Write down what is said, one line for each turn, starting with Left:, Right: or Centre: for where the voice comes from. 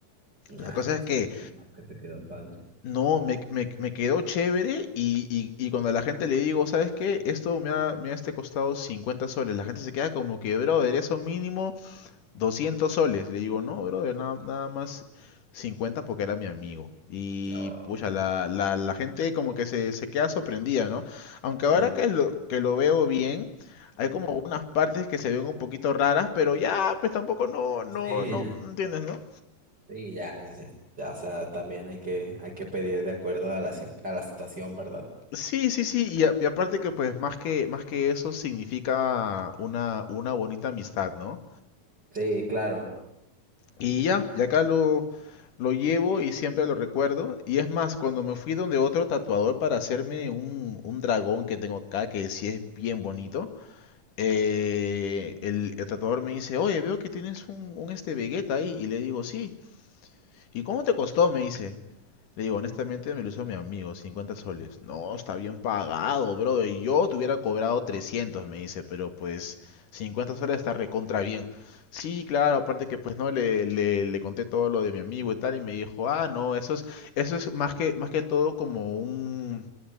Left: La
Right: Ay,
Left: cosa
Right: pues
Left: es que
Right: qué bueno que te quedó padre.
Left: no, me, me, me quedó chévere y, y, y cuando a la gente le digo, ¿sabes qué? Esto me ha, me ha este costado 50 soles. La gente se queda como que, brother, eso mínimo 200 soles. Le digo, no, brother, nada, nada más 50 porque era mi amigo. Y
Right: No,
Left: pucha, la, la, la gente como que se, se queda sorprendida, ¿no? Aunque ahora
Right: sí,
Left: que lo, que lo veo bien, hay como unas partes que se ven un poquito raras, pero ya, pues tampoco no, no,
Right: pues sí.
Left: no, no entiendes, ¿no?
Right: Sí, ya, ya, ya, o sea, también hay que, hay que pedir de acuerdo a la, cir- a la situación, ¿verdad?
Left: Sí, sí, sí, y, a- y aparte que pues más que, más que eso significa una, una bonita amistad, ¿no?
Right: Sí, claro.
Left: Y ya, y acá lo, lo llevo y siempre lo recuerdo. Y es más, cuando me fui donde otro tatuador para hacerme un, un dragón que tengo acá, que sí es bien bonito, eh, el, el tatuador me dice, oye, veo que tienes un, un este Vegeta ahí. Y le digo, sí. ¿Y cómo te costó? Me dice. Le digo, honestamente me lo hizo mi amigo, 50 soles. No, está bien pagado, bro. Yo te hubiera cobrado 300, me dice, pero pues 50 soles está recontra bien. Sí, claro, aparte que pues no le, le, le conté todo lo de mi amigo y tal, y me dijo, ah, no, eso es, eso es más que, más que todo como un,